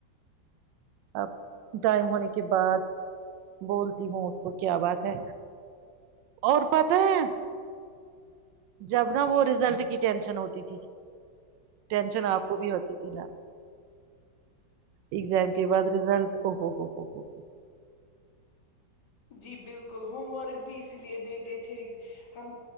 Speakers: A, on the right (about 80°); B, on the left (about 70°).
A: اب ٹائم ہونے کے بعد بولتی ہوں اس کو کیا بات ہے اور پت ہے جب ن وہ رزلٹ کی ٹینشن ہوتی تھی ٹینشن
B: جی
A: آپ
B: جی
A: کو بھی
B: جی
A: ہوتی تھی نا ایگزام کے بعد رزلٹ او ہو ہو ہو ہو
B: جی بالکل ہوم ورک بھی اسی لیے دیتے تھے ہم